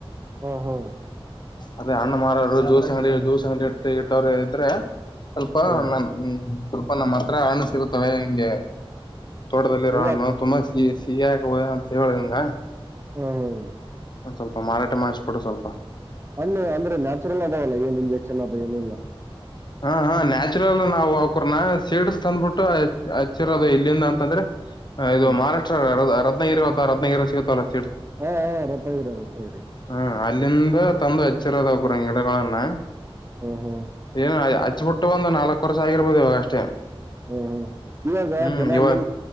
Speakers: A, on the right; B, on the left.
A: ಹಾ ಹಾ
B: ಅದೇ, ಅಣ್ಣ ಮಾರವರು, ಜೂಸ್ ಅಂಗಡಿ ಜೂಸ್ ಅಂಗಡಿ, ಇ ಇಟ್ಟೋರು ಇದ್ರೆ? <inaudible> ಸ್ವಲ್ಪ,
A: ಹ್ಮ್
B: ನಾನು, ಸ್ವಲ್ಪ ನಮ್ಮ್ ಹತ್ರ ಹಣ್ಣು ಸಿಗುತ್ತವೆ, ಹೆಂಗೆ. <inaudible> ತೋಟದಲ್ಲಿ ಇರುವ
A: ಇಲ್ಲ
B: ಹಣ್ಣು, ತುಂಬಾ! ಸಿ ಸಿಹಗ ಅಂತ, ಹೇಳಿದ, ನಿಂಗ. <inaudible>
A: ಹ, ಹೌದು. <inaudible>
B: ಒಂದು, ಸ್ವಲ್ಪ ಮಾರಾಟಮಾಡಿಸಿಬಿಡು, ಸ್ವಲ್ಪ. <inaudible>
A: ಅಲ್ಲೀ, ಅಂದ್ರೆ ನ್ಯಾಚುರಲ್ ಅದಾವಲ್ಲ ಏನ್ ಇಂಜೆಕ್ಷನ್, ಅದ ಏನಿಲ್ಲ? <inaudible>
B: ಹಾ, ಹಾ, ನ್ಯಾಚುರಲ್ ನಾವು, ಒಬ್ಬರನಾ, ಸೀಡ್ಸ್ ತಂದ್ಬಿಟ್ಟು! ಹಚ್ಚಿರೋದು ಇಲ್ಲಿಂದ ಅಂತಂದ್ರೆ? <inaudible> ಇದು,
A: ಹ್ಮ್
B: ಮಹಾರಾಷ್ಟ್ರ ರತ್ನಗಿ! ಅತ್ತ ರತ್ನಗಿರ ಸಿಗುತ್ತಲ? <inaudible>
A: ಹಾ, ಹಾ, ರತ್ನಗಿರಿ ರತ್ನಗಿರಿ. <inaudible>
B: ಹ ಅಲ್ಲಿಂದ, ತಂದು ಹಚ್ಚಿರೋದು, ಗಿಡಗಳನ್ನ? <inaudible>
A: ಹ್ಮ್, ಹ್ಮ್. <inaudible>
B: ಏನು, ಹಚ್ಬಿಟ್ಟು ಒಂದು ನಾಲ್ಕ್ ವರ್ಷ, ಆಗಿರ್ಬೋದು! ಅಷ್ಟೇ. <inaudible>
A: ಹ್ಮ್, ಹ್ಮ್, ಇವಾಗ
B: ಹ್ಮ್
A: ಜನ!
B: ಇವಾಗ
A: ಏನ್